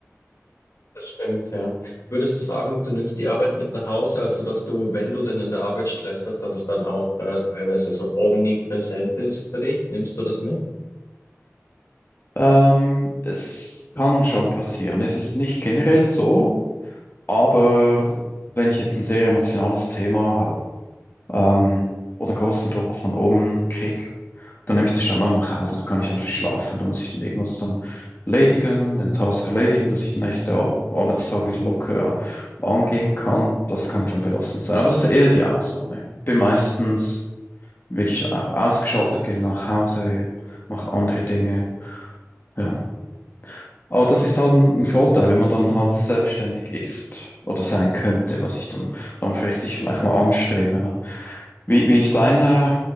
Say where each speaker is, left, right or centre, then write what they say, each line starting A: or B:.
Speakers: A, on the left; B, on the left.
A: Das stimmt, ja. Würdest du sagen, du nimmst die Arbeit mit nach Hause, also dass du, wenn du denn in der Arbeit Stress hast, dass es dann auch äh, teilweise so omnipräsent ist für dich? Nimmst du das mit?
B: Ähm, es kann schon passieren. Es ist nicht generell so, aber wenn ich jetzt ein sehr emotionales Thema habe ähm, oder einen großen Druck von oben kriege, Dann nehme ich das schon auch nach Hause und kann ich einfach schlafen. Da muss ich dann irgendwas dann erledigen, den Task erledigen, dass ich den nächsten Ar- Arbeitstag wieder locker angehen kann. Das kann schon belastend sein. Aber das ist eher die Ausnahme. Bin meistens wirklich auch ausgeschaltet, gehe nach Hause, mache andere Dinge. Ja. Aber das ist halt ein ein Vorteil, wenn man dann halt selbstständig ist oder sein könnte, was ich dann langfristig vielleicht mal anstrebe. Ne? Wie, wie ist dein äh,